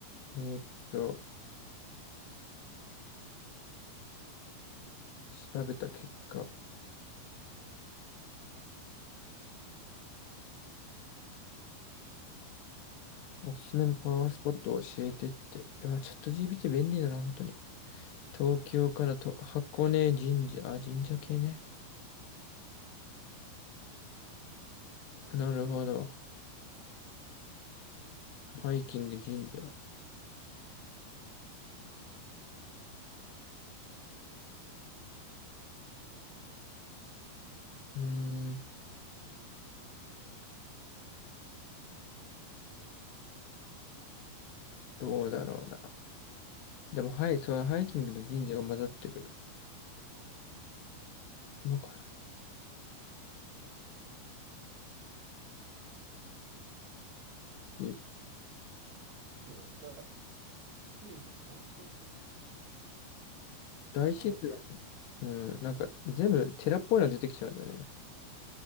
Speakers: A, on the left; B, on the right.
A: えーと、調べた結果、おすすめのパワースポットを教えてって。えまあ、チャット GPT 便利だな、本当に。東京からと箱根神社、あ、神社系ね。なるほど。ハイキング神社。うーん、どうだろうな。でも、はい、そう、ハイキングと神社が混ざってる。まあ、これ、
B: ね、いっぱい。スピリチュアル、パワースポット、
A: 大自然
B: パワースポット。
A: うん、なんか全部寺っぽいの出てきちゃうんだよね。